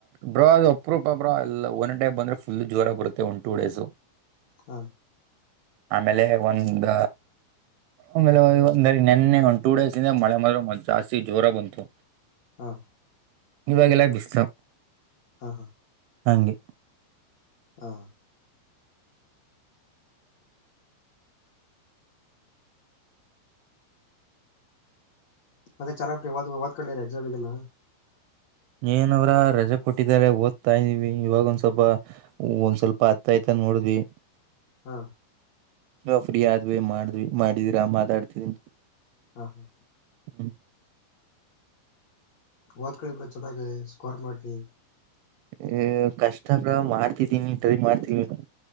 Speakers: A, on the right (about 80°); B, on the left (about 55°).
A: ಬ್ರೋ ಅದು ಒಪ್ರೊಪ ಬ್ರೋ ಎಲ್ಲ ಒನ್ ಟೈಪ್ ಬಂದ್ರೆ ಫುಲ್ ಜೋರು ರ ಬರುತ್ತೆ ಒನ್ ಟೂ ಡೇಸ್
B: ಹಾ
A: ಆಮೇಲೆ ಒಂದ ಆಮೇಲೆ ಒಂದ ನಿನ್ನೆ ಒಂದ್ ಟೂ ಡೇಸ್ಂದ ಮಳೆ ಮದೆ ಜಾಸ್ತಿ ಜೋರ ಬಂತು
B: ಹ
A: ಇವಾಗೆಲ್ಲ ಬಿಸ್ಲ
B: ಹಾ ಹಾ
A: ಹಂಗಗೆ
B: ಹಾ ಮತ್ತೆ ಚಲವಾದ ಓದ್ಕಂಡಿದ್ರಾ ಕಲ ಎಕ್ಸಾಮ್ ಗೆಲ್ಲ
A: ಏನವ್ರ ರಜೆ ಕೊಟ್ಟಿದಿದ್ದಾರೆ ಓದ್ತಾ ಇದ್ವಿ ಇವಾಗ ಒಂದ್ ಸ್ವಲ್ಪ ಒಂದ್ ಸ್ವಲ್ಪ ಹತ್ತ ಆಯ್ತ ಅಂದ ನೋಡಿದ್ವಿ
B: ಹಾ
A: ನ ಫ್ರೀ ಆದ್ವಿ ಮಾಡ್ವಿ ಮಾಡಿದೀರಾ ಮಾತಾಡ್ತಿದೀನ
B: ಹಾ ಹಾ
A: ಹ್ಮ
B: ಓದ್ ಕಡೆರ ಚೆನ್ನಾಗ ಸ್ಕೋರ್ ಮಾಡ್ರಿ
A: ಹ ಕಷ್ಟಪ ಮಾಡ್ತಿದೀನಿ ಟ್ರೈ ಮಾಡ್ತೀವಿ